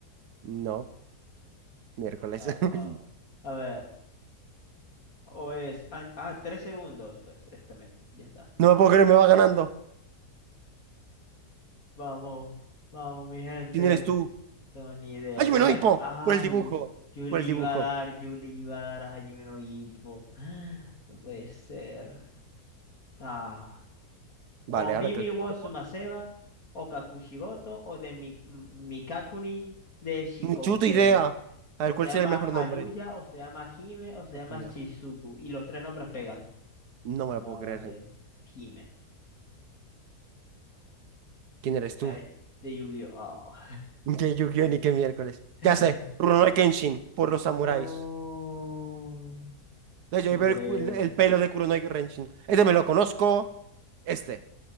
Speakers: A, on the right; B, on the left.
A: No, miércoles.
B: Ah, wow.
A: <laughs>
B: A ver, o es. Ah, ah, tres segundos, pues este mismo, ya está.
A: No me puedo creer, me va ganando.
B: Vamos, vamos, mi gente.
A: ¿Quién eres tú?
B: No tengo ni idea.
A: ¡Hajime
B: Deja.
A: no Ippo!
B: Ay,
A: Por el dibujo.
B: yo le
A: Por el
B: iba
A: dibujo.
B: a dar, yo le iba a dar a Hajime no Ippo. <gasps> Ah, No puede ser. Ah,
A: Vale,
B: o Mimi
A: ahora que lo tengo
B: wo
A: tiempo.
B: Sumaseba, o Kakushigoto, o de Mi- M- Mikakunin de Shikoukei.
A: Ni chuta idea. A
B: O
A: ver, ¿cuál
B: se llama
A: sería el mejor
B: Hayuya,
A: nombre?
B: o se llama Hime, o se
A: Akuya.
B: llama Chizuku. Y los tres nombres pegan.
A: No me
B: No,
A: la puedo creer.
B: Gabriel. Hime.
A: ¿Quién eres tú?
B: Ay, de Yu-Gi-Oh! <gasps>
A: Ni que Yu-Gi-Oh! ni que miércoles.
B: Ah.
A: Ya sé. Rurouni Kenshin. Por los
B: No.
A: samuráis. No, yo
B: Increíble.
A: iba el, cu- el- el pelo de Kuronoi Kenshin. Este me lo conozco. Este.